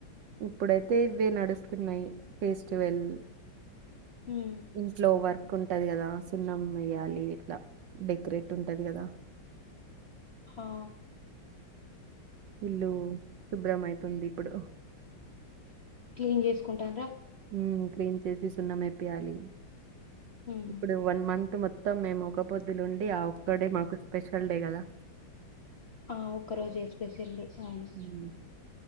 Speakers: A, on the right; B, on the left.
A: ఇప్పుడైతే ఇవే నడుస్తున్నాయి ఫెస్టివల్
B: ఉమ్
A: ఇంట్లో వర్కు ఉంటది కదా సున్నం వేయ్యాలి ఇట్లా డెకరేట్ ఉంటది కదా
B: హా
A: ఇల్లు శుభ్రం అయితుంది ఇప్పుడు
B: క్లీన్ చేసుకుంటన్ రా
A: ఊ క్లీన్ చేసి సున్నంమేపియాలి
B: ఉమ్
A: ఇప్పుడు వన్ మంత్ మొత్తం మేము ఒక పొద్దులు ఉం అండి ఆ ఒక్కడే మాకు స్పెషల్ డే కదా
B: ఆ ఒక్క రోజె స్పెషల్ డే అవును
A: ఉమ్,